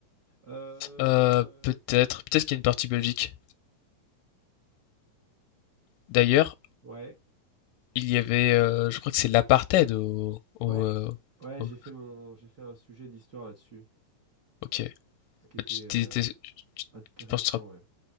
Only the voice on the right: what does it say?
Euh,
ouais,
ouais,
ouais,
j'ai fait mon, j'ai fait un sujet d'histoire là-dessus,
ce qui
était
euh,
intéressant,
ouais.